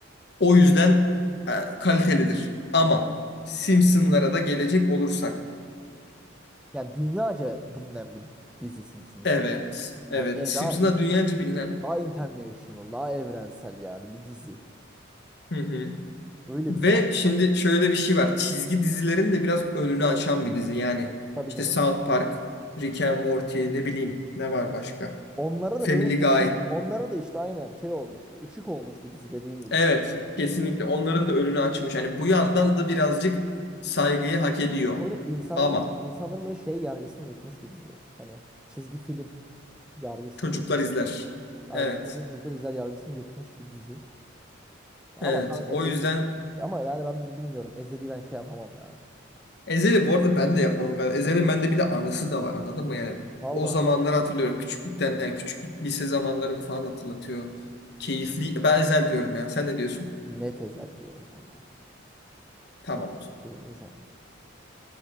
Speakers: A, on the left; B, in the centre.
A: O yüzden e, kalitelidir. Ama Simpsonlara da gelecek olursak.
B: Yani dünyaca bilinen bir dizi Simpsonlar.
A: Evet.
B: işte.
A: Evet.
B: Yani e,
A: Simpsonlar
B: daha, in-
A: dünyaca bilinen.
B: daha international, daha evrensel yani bir dizi.
A: Hı hı.
B: Öyle
A: Ve
B: bir fark
A: şimdi
B: var.
A: şöyle bir şey var. Çizgi dizilerin de biraz önünü açan bir dizi. Yani
B: Tabii
A: işte
B: canım.
A: South Park, Rick and Morty, ne bileyim ne var başka?
B: Onlara
A: Family
B: da böyle şey,
A: Guy.
B: kü- onlara da işte aynen şey olmuş, ışık olmuş bir dizi dediğin gibi.
A: Evet, kesinlikle onların da önünü açmış. Hani bu yandan da birazcık saygıyı hak ediyor.
B: Tabii canım insanların,
A: Ama
B: insanların böyle şey yargısını yıkmış bir dizi. Hani çizgi film yargısını
A: çocuklar
B: yıkmış.
A: izler.
B: Aynı
A: Evet,
B: çizgi film çocuklar izler yargısını yıkmış bir dizi. Ama
A: evet.
B: kanka
A: O
B: ezi
A: yüzden
B: ama yani ben bilmiyorum. Ezeli ben şey yapamam ya.
A: Ezeli bu arada ben de yapamam galiba. Ezel'in bende bir de anısı da var anladın mı? Yani
B: Valla
A: o zamanları hatırlıyorum. Küçüklükten yani küçüklük lise zamanlarımı falan hatırlatıyor. Keyifli. Ben Ezel diyorum ya. Sen ne diyorsun?
B: net ezel diyorum kanka.
A: Tamam
B: Hiç
A: o zaman.
B: şey özel ya.